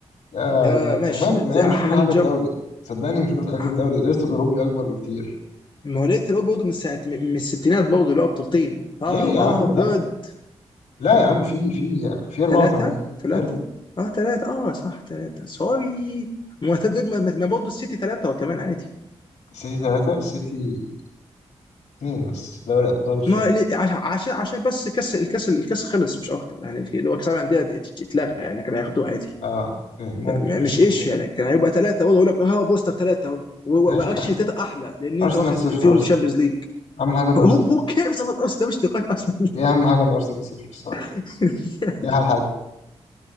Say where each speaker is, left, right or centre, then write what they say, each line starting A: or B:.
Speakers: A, on the left (about 85°); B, on the left (about 40°).
A: يا
B: آه
A: دي يا
B: ماشي
A: مان
B: ت-
A: مان
B: ت-
A: مش
B: هنجم
A: كل حاجة الدوري صدقني مش كل حاجة
B: ه-
A: الدوري الإرث الأوروبي أكبر بكتير
B: ما هو لقيت الأول برضه من ساعه من من الستينات برضه اللي هو بطولتين اه
A: ليه
B: واو
A: يا عم لا
B: جود
A: لا يا عم في في في 84
B: ثلاثه ثلاثه
A: حلو
B: اه ثلاثه اه صح ثلاثه سوري ما هو دول ما برضه السيتي ثلاثه وكمان عادي
A: السيتي ثلاثة السيتي اثنين بس دوري أبطال السوبر
B: ما لي- عش- عشان عشان بس الكاس الكاس الكاس خلص مش اكتر يعني اللي هو كاس العالم للانديه ات- ات- اتلغى يعني كانوا هياخدوه عادي
A: اه اوكي ممكن
B: م-
A: بس
B: مش
A: ناخد
B: ايش
A: دوري
B: يعني كان هيبقى ثلاثه اقول لك اه بوستر ثلاثه اهو
A: ماشي
B: واكشلي
A: أرس-
B: ثلاثه احلى لان
A: أرسنال
B: انت واخد
A: صفر
B: فيهم
A: أرسنال
B: شامبيونز ليج
A: أهم حاجة إن
B: هو
A: أرسنال
B: هو
A: صفر
B: كيرز اباوت اوس ده مش نقاش اصلا
A: دي أهم حاجة إن أرسنال صفر الصراحة
B: <laughs>
A: دي أحلى حاجة